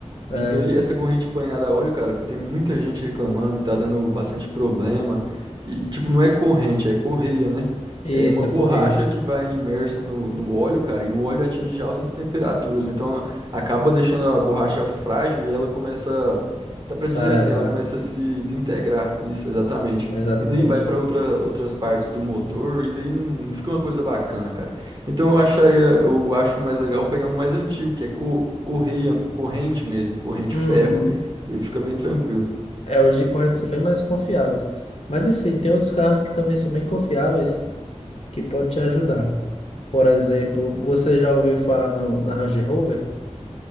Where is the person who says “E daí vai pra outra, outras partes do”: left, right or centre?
Right